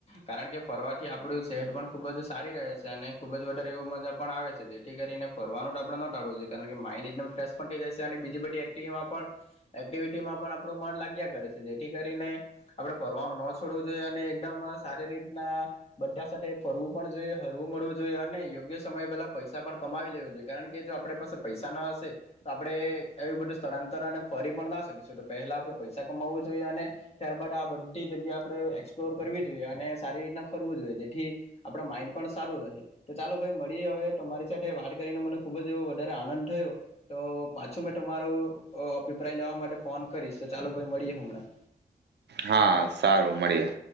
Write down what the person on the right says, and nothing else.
હા સારું મળીએ